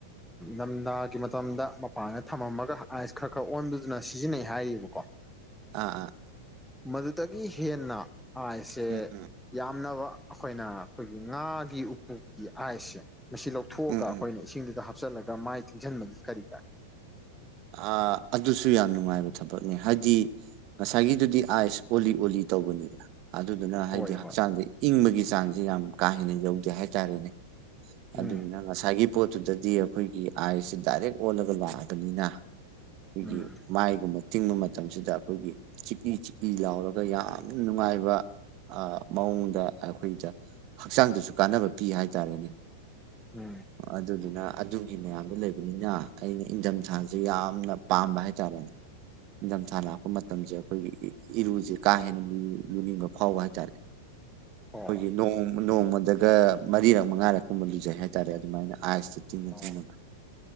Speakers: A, in the centre; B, on the right.
A: ꯅꯊꯥꯒꯤ ꯃꯇꯝꯗ ꯃꯄꯥꯟꯗ ꯊꯝꯃꯝꯃꯒ ꯑꯥꯏꯁ ꯈꯔ ꯈꯔ ꯑꯣꯟꯗꯨꯗꯨꯅ ꯁꯤꯖꯤꯟꯅꯩ ꯍꯥꯏꯔꯤ ꯕꯨꯀꯣ
B: ꯑꯥ ꯑꯥ
A: ꯃꯗꯨꯗꯒꯤ ꯍꯦꯟꯅ ꯑꯥꯏꯁꯦ
B: ꯎꯝ ꯎꯝ
A: ꯄꯥꯝꯅꯕ ꯑꯩꯈꯣꯏꯅ ꯑꯩꯈꯣꯏꯒꯤ ꯉꯥꯒꯤ ꯎꯄꯨꯀꯤ ꯑꯁꯦ ꯃꯁꯤ ꯂꯧꯊꯣꯛꯑꯒ
B: ꯎꯝ
A: ꯑꯩꯈꯣꯏꯅ
B: ꯎꯝ
A: ꯏꯁꯤꯡꯗꯨꯗ ꯍꯥꯞꯆꯤꯜꯂꯒ ꯃꯥꯏ ꯊꯤꯡꯁꯤꯟꯕꯒꯤ ꯀꯔꯤ ꯀꯥꯏ
B: ꯑ ꯑꯗꯨꯁꯨ ꯌꯥꯝ ꯅꯨꯡꯉꯥꯏꯕ ꯊꯕꯛꯅꯤ ꯍꯥꯏꯗꯤ ꯉꯁꯥꯏꯒꯤꯗꯨꯗꯤ ꯑꯥꯏꯁ ꯑꯣꯜꯂꯤ ꯑꯣꯜꯂꯤ ꯇꯧꯕꯅꯤꯗ ꯑꯗꯨꯗꯨꯅ
A: ꯍꯣꯏ
B: ꯍꯥꯏꯗꯤ ꯍꯛꯆꯥꯡꯁꯦ
A: ꯍꯣꯏ
B: ꯏꯪꯕꯒꯤ ꯆꯥꯡꯁꯤꯦ ꯌꯥꯝ ꯀꯥ ꯍꯦꯟꯅ ꯌꯧꯗꯦ ꯍꯥꯏꯇꯥꯔꯦꯅꯦ ꯑꯗꯨꯅꯤꯅ
A: ꯎꯝ
B: ꯉꯁꯥꯏꯒꯤ ꯄꯣꯠꯇꯨꯗꯗꯤ ꯑꯩꯈꯣꯏꯒꯤ ꯑꯥꯏꯁꯦ ꯗꯥꯏꯔꯦꯛ ꯑꯣꯜꯂꯒ ꯂꯥꯛꯑꯕꯅꯤꯅ ꯑꯩꯒꯤ
A: ꯎꯝ
B: ꯃꯥꯌꯦꯒꯨꯝꯕꯕꯁꯤ ꯇꯤꯡꯕ ꯃꯇꯝꯁꯤꯗ ꯑꯩꯈꯣꯏꯒꯤ ꯆꯤꯛꯏ ꯆꯤꯛꯏ ꯂꯥꯎꯔꯒ ꯌꯥꯝ ꯅꯨꯡꯉꯥꯏꯕ ꯃꯑꯣꯡꯗ ꯑꯩꯈꯣꯏꯗ ꯍꯛꯆꯥꯡꯗꯁꯨ ꯀꯥꯟꯅꯕ ꯄꯤ ꯍꯥꯏꯇꯥꯔꯦꯅꯦ
A: ꯎꯝ
B: ꯑꯗꯨꯗꯨꯅ ꯑꯗꯨꯒꯤ ꯃꯌꯥꯝꯗꯣ ꯂꯩꯕꯅꯤꯅ ꯑꯩꯅ ꯏꯪꯊꯝꯊꯥꯥꯁꯦ ꯁꯤ ꯌꯥꯝꯅ ꯄꯥꯝꯕ ꯍꯥꯏꯇꯥꯔꯦꯅꯦ ꯅꯤꯡꯊꯝꯊꯥ ꯂꯥꯛꯄ ꯃꯇꯝꯁꯦ ꯑꯩꯈꯣꯏꯒꯤ ꯏꯔꯨꯁꯦ ꯀꯥ ꯍꯦꯟꯅ ꯂꯨꯅꯤꯡꯕ ꯐꯥꯎꯕ ꯍꯥꯏꯇꯥꯔꯦ
A: ꯑꯣ
B: ꯑꯩꯈꯣꯏꯒꯤ ꯅ ꯅꯣꯡꯃꯗꯒ ꯃꯔꯤꯔꯛ ꯃꯉꯥꯔꯛꯀꯨꯝꯕ ꯂꯖꯩ ꯍꯥꯏꯇꯥꯔꯦ ꯑꯗꯨꯃꯥꯏꯅ ꯑꯥꯏꯁꯇ ꯇꯤꯡꯅ
A: ꯑꯣ
B: ꯇꯤꯡꯅꯕ